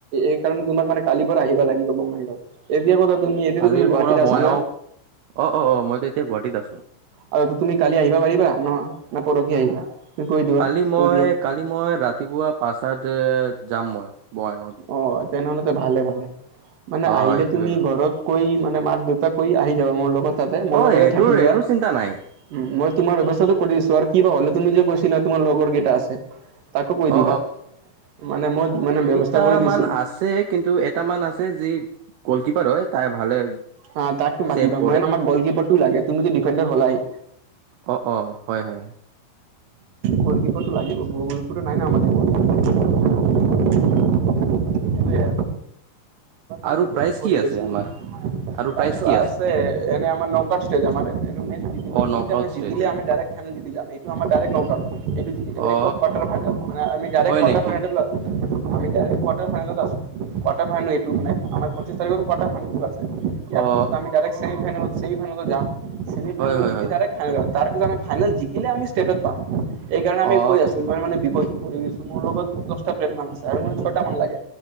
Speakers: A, on the right; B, on the right.
A: এই কাৰণে তোমাক মানে কালিৰ পৰা আহিবা লাগিব। এতিয়া ক'ত তুমি এতিয়া
B: কালিৰ
A: তুমি গুৱাহাটত
B: পৰা
A: আছা
B: মই
A: না?
B: অ অ অ অ মইতো এতিয়া গুৱাহাটীত আছো
A: আৰু তুমি কালি আহিবা পাৰিবা নহয়? নে পৰহি আহিবা তুমি কৈ দিয়া
B: কালি মই
A: কৈ দিয়া।
B: কালি মই ৰাতিপুৱা পাঁচতাতে যাম মই বঙাইগাঁওত।
A: অ' তেনেহ'লে ভালে ভালে মানে
B: অ
A: আহিলে
B: সেইটোয়ে
A: তুমি ঘৰত কৈ মানে মাক দেউতাক কৈ আহি যাবা, মোৰ লগত তাতে মোৰ
B: অ
A: লগতে
B: এইটোৰ
A: থাকিবা।
B: এইটোৰ চিন্তা নাই
A: উম মই তোমাৰ ব্যৱস্থাতটো কৰি দিছো, আৰু কিবা হ'লে তুমি যে কৈছিলা তোমাৰ লগৰ কেইটা আছে তাকো কৈ দিবা
B: অ
A: মানে মই মানে ব্যৱস্থা
B: টা
A: কৰি দিছো
B: মান আছে কিন্তু এটা মান আছে যি গ'লকিপাৰ হয় তাই ভালে
A: হা তাকটো মাতিবা
B: ছেভ কৰে
A: মেইন আমাক গলকিপাৰটো লাগে তুমি ডিফেণ্ডাৰ হ'লাই।
B: অ, অ হয়, হয়।
A: গলকিপাৰটো লাগিবই। <unintelligible> <unintelligible>
B: আৰু
A: বিপদত
B: প্ৰাইজ
A: পৰি
B: কি আছে
A: গৈছিল
B: আমাৰ আৰু
A: প্ৰাইজটো
B: প্ৰাইজ কি
A: আছে এনে আমাৰ নক আউট ষ্টেজ আমাৰ। <unintelligible>
B: অ
A: তিনিটা
B: নক আউট
A: মেচ
B: ষ্টেজত
A: জিকিলে ডাইৰেক্ট ফাইনেল জিকি যাম। <unintelligible> আমাৰ ডাইৰেক্ট নক আউট, হেৰি হেৰি
B: অ
A: কটাৰ ফাইনাল, মানে আমি ডাইৰেক্ট
B: হয় নেকি
A: ফাইনেলত আমি ডাইৰেক্ট কোৱাৰ্টাৰ ফাইনেলত আছোঁ কোৱাৰ্টাৰ ফাইনেল এইটো মানে পঁচিছ তাৰিখত কোৱাৰ্টাৰ ফাইনেলটো আছে। ইয়াৰ
B: অ
A: পিছত আমি ডাইৰেক্ট ছেমিফাইনেলত ছেমিফাইনেলত যাম ছেমিফাইনেলটো
B: হয় হয়
A: জিটি
B: হয়
A: ডাইৰেক্ট ফাইনেলত তাৰপিছত আমি ফাইনেল জিকিলে আমি ষ্টেটত পাম এই কাৰণে আমি
B: অ
A: কৈ আছোঁ মই মানে বিপদত পৰি গৈছ মোৰ লগত দহটা <unintelligible> মান আছে আৰু মানে ছয়টা মান লাগে